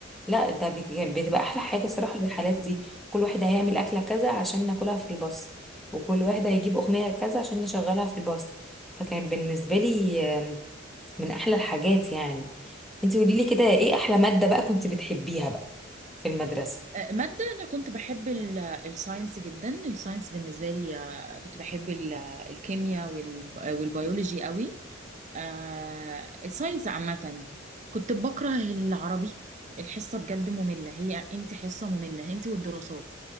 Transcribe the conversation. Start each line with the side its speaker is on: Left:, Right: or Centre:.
Centre: لا ده بيج- بتبقى احلى حاجه الصراحه الرحلات دي كل واحد هيعمل اكله كذا عشان ناكلها في الباص وكل واحد هيجيب اغنيه كذا عشان نشغلها في الباص فكان بالنسبه لي آم، من احلى الحاجات يعني انت قولي لي كده ايه احلى ماده بقى كنت بتحبيها بقى في المدرسه
Right: آه، ماده انا كنت بحب ال- الساينس جدا الساينس بالنسبه لي آه، كنت بحب ال- آه، الكيمياء وال- والبيولوجي قوي آه، الساينس عامه كنت بكره العربي الحصه بجد ممله هي انت حصه ممله انت والدراسات